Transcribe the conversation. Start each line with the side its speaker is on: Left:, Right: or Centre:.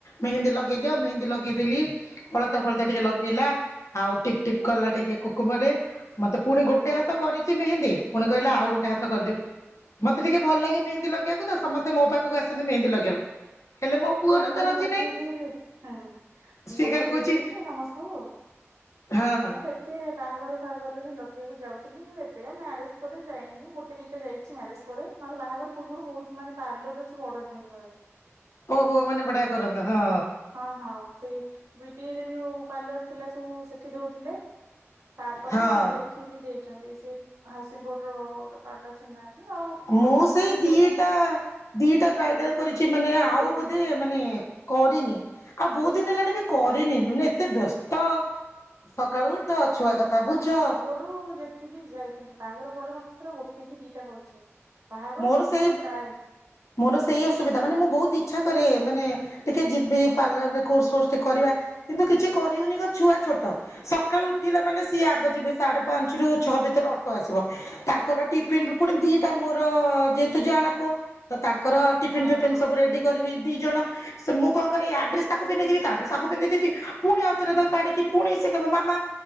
Left: ମେହେନ୍ଦୀ ଲଗେଇଦିଅ ମେହେନ୍ଦୀ ଲଗେଇଦେଲି। ଅଳତା ଫଳତା ଟିକେ ଲଗେଇଲା ଆଉ ଟିପଟିପ୍ କଲା ଟିକେ କୁକୁମରେ। ମତେ ପୁଣି ଗୋଟେ
Right: ହଁ
Left: ହାତ କରିଚି ମେହେନ୍ଦୀ ପୁଣି କହିଲା ଆଉ ଗୋଟେ
Right: ହଁ
Left: ହାତ କରିଦିଅ। ମତେ ଟିକେ ଭଲ ଲାଗେ ମେହେନ୍ଦୀ ଲଗେଇବାକୁ ତ ସମସ୍ତେ ମୋ ପାଖକୁ ଆସନ୍ତି ମେହେନ୍ଦୀ ଲଗେଇବାକୁ। ହେଲେ ମୋ ପୁଅର
Right: ହଁ ମୁଁ
Left: ତ ରଜି
Right: ଲଗେଇଦେଇ
Left: ନାହିଁ
Right: <inaudible> ଛି ହାଁ ହାଁ ମୁଁ
Left: ସିଏ ଖାଲି
Right: ଲଗେଇଦିଏ
Left: କହୁଛି
Right: ଯେ ସମସ୍ତଙ୍କୁ।
Left: ହଁ।
Right: ମୁଁ କେତେ ବାହାଘର ଫାହାଘରରେ ବି ଲଗେଇବାକୁ ଯାଉଥିଲି ଏବେ ଆଉ ମ୍ୟାରେଜ ପରେ ଯାଇନି ଗୋଟେ ଦିଇଟା ଯାଇଚି ମ୍ୟାରେଜ ପରେ। ନହେଲେ ବାହାଘର ପୂର୍ବରୁ ବହୁତ ମାନେ ପାର୍ଲରରେ ସବୁ ଅର୍ଡର ଦିଅନ୍ତି ମୋତେ।
Left: ଓହୋ ମାନେ ବଢିଆ କରନ ହ
Right: ହଁ ହଁ, ସେଇ ବିଡିଏ ରେ ଯୋଉ ପାର୍ଲର ଥିଲା ସବୁ ସେଠି ଦଉଥିଲେ। ତାପରେ
Left: ହଁ।
Right: ଏଠିବି ଦେଇଚନ୍ତି ସେ ହାଉସିଂ ବୋର୍ଡର ପାର୍ଲର ଚିହ୍ନା ଅଛି ଆଉ
Left: ମୁଁ
Right: ଆମର
Left: ସେଇ
Right: ଯୋଉ
Left: ଦିଟା
Right: ଟେ
Left: ଦିଟା ବ୍ରାଇଡାଲ୍ କରିଛି ମାନେ ଆଉ ବୋଧେ ମାନେ କରିନି। ଆଉ ବହୁତ ଦିନ ହେଲାଣି ବି କରିନି ମାନେ ଏତେ ବ୍ୟସ୍ତ ସକାଳୁ ଉଠ, ଛୁଆ କଥା ବୁଝ।
Right: ରୁ ଯେତିକି ଯାଇଥିଲି ବାହାଘର ପରେ ମାତ୍ର ଗୋଟେ କି ଦିଟା କରିଛି। ବାହାଘର
Left: ମୋର
Right: ପୂର୍ବରୁ
Left: ସେ
Right: ପ୍ରାୟ
Left: ମୋର ସେଇ ଅସୁବିଧା ମାନେ ମୁଁ ବହୁତ ଇଛା କରେ ମାନେ ଟିକେ ଯିବି ପାର୍ଲର ରେ କୋର୍ସ ଫୋର୍ସ ଟିକେ କରିବା, କିନ୍ତୁ କିଛି କରିିହଉନି କଣ ଛୁଆ ଛୋଟ। ସକାଳୁ ଉଠିଲେ ମାନେ ସିଏ ଆଗ ଯିବେ ସାଢେ ପାଞ୍ଚ ରୁ ଛଅ ଭିତରେ ଅଟୋ ଆସିବ। ତା ତାଙ୍କର ଟିଫିନ
Right: ହଁ
Left: ପୁଣି ଦିଟା ମୋର ଯେହେତୁ ଜାଆଁଳା ପୁଅ ତ ତାଙ୍କର ଟିଫନ୍
Right: ହଁ।
Left: ଫିଫିନ ସବୁ ରେଡି କରିବି ଦି ଜଣ। ସେ ମୁଁ କଣ କରେ ୟା ଡ୍ରେସ ତାକୁ ପିନ୍ଧେଇ ଦେଇଥିବି ତା ଡ୍ରେସ ଆକୁ ପିନ୍ଧେଇ ଦେଇଥିଵି, ପୁଣି ଆଉଥରେ ତାକୁ କାଢିକି ପୁଣି ସେ କହିବ ମାମା